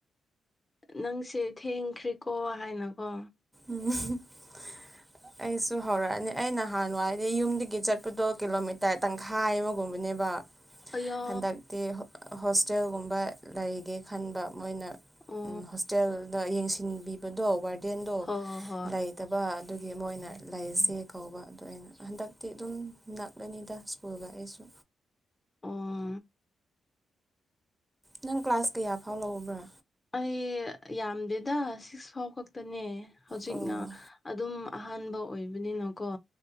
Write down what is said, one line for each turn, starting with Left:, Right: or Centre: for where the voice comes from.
Left: ꯅꯪꯁꯦ ꯊꯦꯡꯈ꯭ꯔꯦꯀꯣ ꯍꯥꯏꯅꯀꯣ
Right: <inaudible> ꯑꯩꯁꯨ ꯍꯧꯔꯛꯑꯅꯤ ꯑꯩ ꯅꯍꯥꯟꯋꯥꯗꯤ ꯌꯨꯝꯗꯒꯤ ꯆꯠꯄꯗꯣ ꯀꯤꯂꯣꯃꯤꯇꯔ ꯇꯪꯈꯥꯏ ꯑꯃꯒꯨꯝꯕꯅꯦꯕ
Left: ꯑꯌꯥ
Right: ꯍꯟꯗꯛꯇꯤ ꯍꯣꯁꯇꯦꯜꯒꯨꯝꯕ ꯂꯩꯒꯦ ꯈꯟꯕ ꯃꯣꯏꯅ
Left: ꯑꯣ
Right: ꯍꯣꯁꯇꯦꯜꯗ ꯌꯦꯡꯁꯤꯟꯕꯤꯕꯗꯣ ꯋꯥꯔꯗꯦꯟꯗꯣ
Left: ꯍꯣꯏ ꯍꯣꯏ ꯍꯣꯏ
Right: ꯂꯩꯇꯕ ꯑꯗꯨꯒꯤ ꯃꯣꯏꯅ ꯂꯩꯁꯦ ꯀꯧꯕ ꯑꯗꯨꯗꯣ ꯑꯩꯅ ꯍꯟꯗꯛꯇꯤ ꯑꯗꯨꯝ ꯅꯛ ꯑꯅꯤꯗꯥ ꯁ꯭ꯨꯀꯜ ꯒꯁꯨ
Left: ꯑꯣ
Right: ꯅꯪ ꯀ꯭ꯂꯥꯁ ꯀꯌꯥ ꯐꯥꯎ ꯂꯧꯕ꯭ꯔꯥ
Left: ꯑꯩ ꯌꯥꯝꯗꯦꯗ ꯁꯤꯛꯁ ꯐꯥꯎ ꯈꯛꯇꯅꯦ ꯍꯧꯖꯤꯛꯅ
Right: ꯑꯣ
Left: ꯑꯗꯨꯝ ꯑꯍꯥꯟꯕ ꯑꯣꯏꯕꯅꯤꯅꯀꯣ